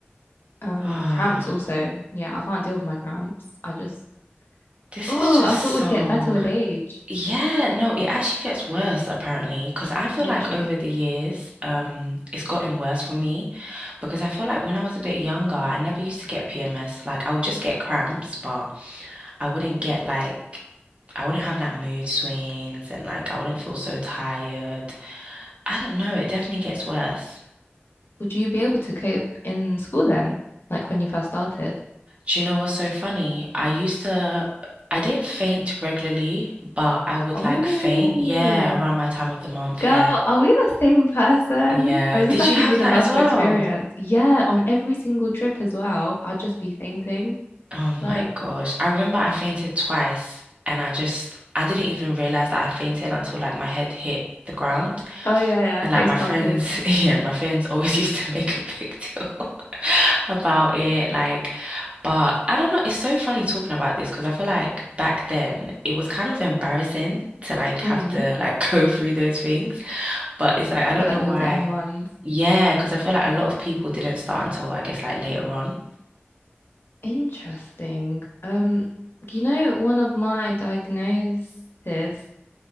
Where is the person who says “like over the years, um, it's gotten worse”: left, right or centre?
Right